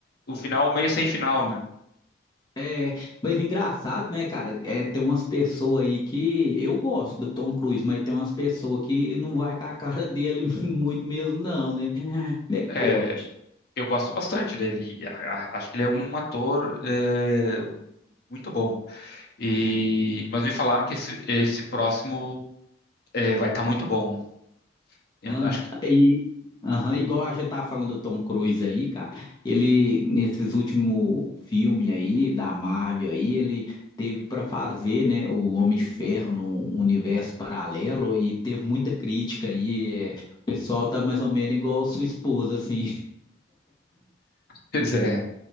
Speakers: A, on the left; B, on the left.
A: um final meio sem final, né?
B: É, mas engraçado, né, cara? É, tem umas pessoas aí que eu gosto do Tom Cruise, mas tem umas pessoas que não vai com a cara dele <laughs> muito mesmo, não, né? <laughs> Como é que
A: É,
B: pode?
A: eu gosto bastante dele. e a- a- acho que ele é um ator é, muito bom. E, mas me falaram que esse, esse próximo é, vai estar muito bom. Eu
B: Ah,
A: não- acho que.
B: e, aham, igual a gente tava falando do Tom Cruise aí, cara. Ele, nesses últimos filmes aí, da Marvel aí, ele teve pra fazer, né, o Homem de Ferro num universo paralelo e teve muita crítica aí. é, o pessoal tá mais ou menos igual a sua esposa, assim.
A: Pois é.